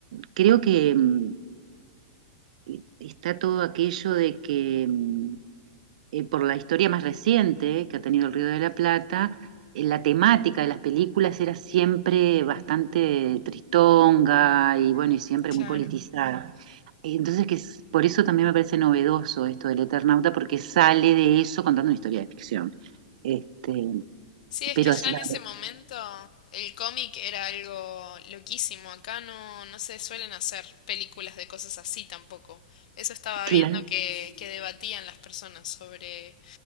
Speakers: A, on the right; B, on the left.
A: creo que... mm, eh, está todo aquello de que mm, eh, por la historia más reciente eh, que ha tenido el Río de la Plata, eh, la temática de las películas era siempre bastante tristonga y bueno,
B: Mm,
A: y siempre
B: claro.
A: muy politizada. Y Entonces, que es- por eso también me parece novedoso esto del Eternauta, porque sale de eso contando una historia de ficción. Este,
B: Sí, es
A: pero
B: que ya
A: así
B: en
A: la
B: ese momento el cómic era algo loquísimo. Acá no, no se suelen hacer películas de cosas así tampoco. Eso estaba
A: claro,
B: viendo que, que debatían las personas sobre